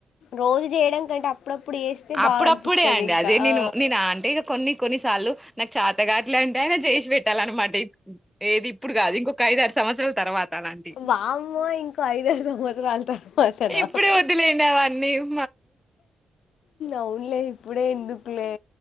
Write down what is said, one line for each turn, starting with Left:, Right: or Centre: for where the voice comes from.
Left: రోజు చేయడం కంటే అప్పుడప్పుడు చేస్తే
Centre: అప్పుడప్పుడే
Left: బాగా అనిపిస్తది
Centre: అండి
Left: ఇంకా
Centre: అదే నేను
Left: ఆ
Centre: నేను అంటే ఇక కొన్ని కొన్నిసార్లు నాకు చేతగాట్లు అంటే చేసి పెట్టాల అన్నమాట ఏది ఇప్పుడు కాదు ఇంకొక ఐదు సంవత్సరాల సంవత్సరం తర్వాత
Left: వామ్మో ఇంకో ఐదారు సంవత్సరాల తర్వాతనా
Centre: ఇప్పుడే వదిలేండి అవన్నీ ఉ
Left: అవున్లే ఇప్పుడే ఎందుకులే